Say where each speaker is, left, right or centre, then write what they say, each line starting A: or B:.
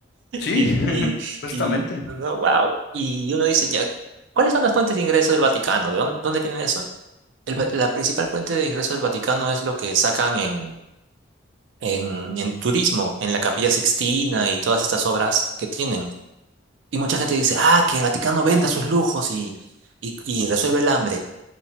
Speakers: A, on the left (about 55°); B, on the right (about 70°).
A: Sí,
B: Y,
A: <laughs>
B: y,
A: justamente,
B: y, no, wow. Y uno dice ya, ¿cuáles son las fuentes de ingreso del Vaticano? ¿De dónde, dónde tienen eso? El va- la principal fuente de ingreso del Vaticano es lo que sacan en, en, en turismo, en la Capilla Sixtina y todas estas obras que tienen. Y mucha gente dice, ah, que el Vaticano venda sus lujos y, y, y resuelve el hambre.